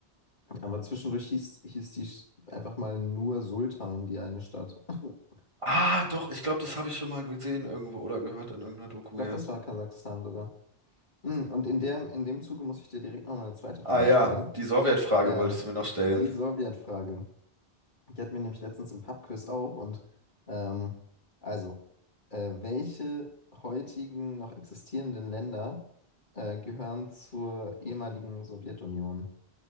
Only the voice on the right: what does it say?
Ah, doch, ich glaube, das habe ich schon mal gesehen irgendwo oder gehört in irgendeiner Doku,
ja.
Ah ja,
die Sowjetfrage
wolltest du mir noch stellen.